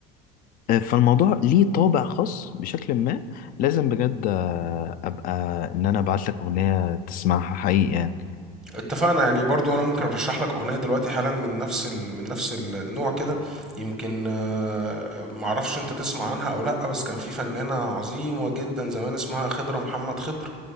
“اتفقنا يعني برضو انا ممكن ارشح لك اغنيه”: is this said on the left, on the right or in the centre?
Centre